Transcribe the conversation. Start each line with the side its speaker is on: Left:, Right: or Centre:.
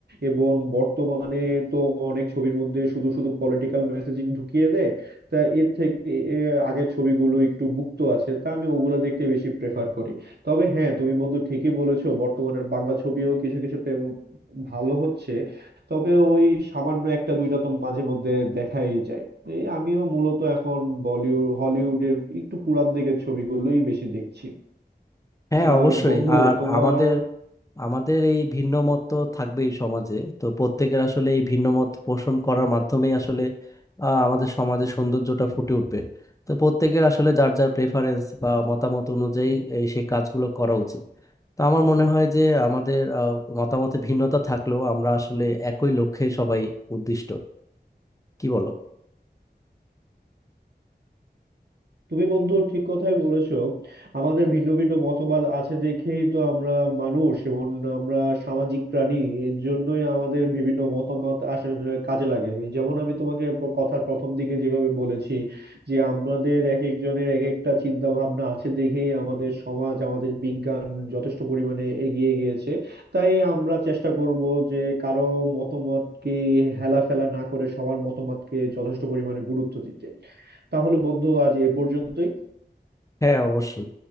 Right: এবং বর্তমানে তো অনেক ছবির মধ্যে শুধু শুধু পলিটিক্যাল মেসেজিং ঢুকিয়ে দেয় তা এর থেকে এ, আগের ছবিগুলো একটু মুক্ত আছে তা আমি ওগুলা দেখতে বেশি প্রেফার করি তবে হ্যাঁ তুমি বন্ধু ঠিকই বলেছো বর্তমানে বাংলা ছবিও কিছু কিছু প্রে- ভালো হচ্ছে তবে ওই সামান্য একটা দুইটা তো মাঝে মধ্যে দেখাই যায় এই আমিও মূলত এখন বলিউড হলিউডের একটু পুরান দিকের ছবিগুলোই বেশি দেখছি
Left: হ্যাঁ
Right: আর
Left: অবশ্যই
Right: বন্ধু
Left: আর
Right: তোমার
Left: আমাদের আমাদের এই ভিন্ন মত তো থাকবেই সমাজে তো প্রত্যেকের আসলে এই ভিন্ন মত পোষণ করার মাধ্যমেই আসলে আহ, আমাদের সমাজে সৌন্দর্যটা ফুটে উঠবে তো প্রত্যেকের আসলে যার যার প্রেফারেন্স বা মতামত অনুযায়ী এই সেই কাজগুলো করা উচিত তো আমার মনে হয় যে আমাদের আহ, মতামতে ভিন্নতা থাকলেও আমরা আসলে একই লক্ষ্যে সবাই উদ্দিষ্ট কি বলো
Right: তুমি বন্ধু ঠিক কথাই বলেছো আমাদের ভিন্ন ভিন্ন মতবাদ আছে দেখেই তো আমরা মানুষ এবং আমরা সামাজিক প্রাণী এর জন্যই আমাদের বিভিন্ন মতামত আসলে কাজে লাগে এই যেমন আমি তোমাকে প- কথার প্রথম দিকে যেভাবে বলেছি যে আমাদের এক একজনের এক একটা চিন্তা ভাবনা আছে দেখেই আমাদের সমাজ আমাদের বিজ্ঞান যথেষ্ট পরিমাণে এগিয়ে গিয়েছে তাই আমরা চেষ্টা করব যে কারো মতামতকে হেলা ফেলা না করে সবার মতামতকে যথেষ্ট পরিমাণে গুরুত্ব দিতে তাহলে বন্ধু আজ এ পর্যন্তই
Left: হ্যাঁ অবশ্যই